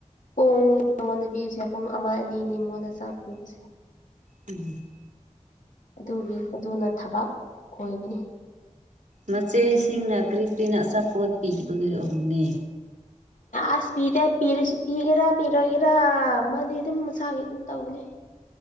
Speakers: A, on the left; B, on the right.
A: ꯄꯨꯡ ꯃꯉꯣꯟꯗꯗꯤ ꯁꯦ ꯄꯨꯡ ꯑꯃ ꯑꯅꯤꯅꯤ ꯃꯉꯣꯟꯗ ꯆꯥꯛ ꯄꯤꯕꯁꯦ
B: <unintelligible>
A: ꯑꯗꯨꯒꯤ ꯑꯗꯨꯅ ꯊꯕꯛ ꯑꯣꯏꯕꯅꯤ
B: ꯃꯆꯦꯁꯤꯡꯅ ꯀ꯭ꯔꯤ ꯀ꯭ꯔꯤꯅ ꯑꯆꯥꯄꯣꯠ ꯄꯤꯕꯒꯤ ꯑꯣꯏꯛꯅꯤ
A: ꯑꯁ ꯄꯤꯗꯦ ꯄꯤꯒꯦꯔꯥ ꯄꯤꯔꯣꯏꯒꯦꯔꯥ ꯃꯥꯗꯤ ꯑꯗꯨꯝ ꯃꯁꯥꯒꯤ ꯑꯗꯨꯝ ꯇꯧꯅꯦ